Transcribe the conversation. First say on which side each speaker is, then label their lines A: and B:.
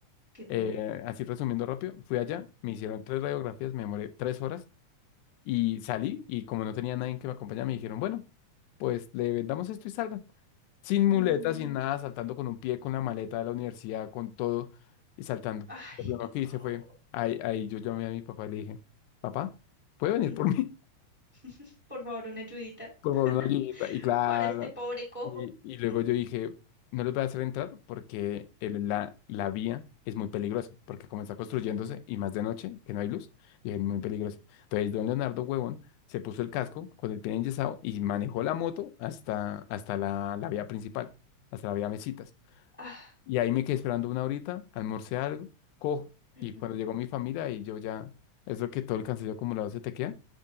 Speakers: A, in the centre; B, on the left.
A: ¿Qué te?
B: Eh, así resumiendo rápido, fui allá, me hicieron tres radiografías, me demoré tres horas y salí y como no tenía nadie que me acompañara, me dijeron, bueno, pues le vendamos esto y salga sin
A: No.
B: muletas, sin nada, saltando con un pie, con la maleta de la universidad, con todo y saltando.
A: Ay,
B: Lo primero que hice
A: no.
B: fue, ahí, ahí yo llamé a mi papá y le dije, papá, ¿puede venir
A: Ujú.
B: por mí? <laughs>
A: <laughs> Por favor, una ayudita
B: Por
A: <laughs>
B: favor, una ayudita. Y claro,
A: para este pobre cojo.
B: y, y luego
A: Ujú,
B: yo dije, no les voy a hacer entrar porque el- la, la vía es muy peligrosa, porque como está construyéndose
A: ujú.
B: y más de noche, que no hay luz, y es muy peligroso. Entonces, don Leonardo Huevón se puso el casco con el pie enyesado y manejó la moto hasta, hasta la, la vía principal, hasta la vía Mesitas.
A: Ah,
B: Y ahí me
A: no.
B: quedé esperando una horita, almorcé algo, cojo.
A: Ujú.
B: Y cuando llegó mi familia y yo ya, eso que todo el cansancio acumulado se te queda,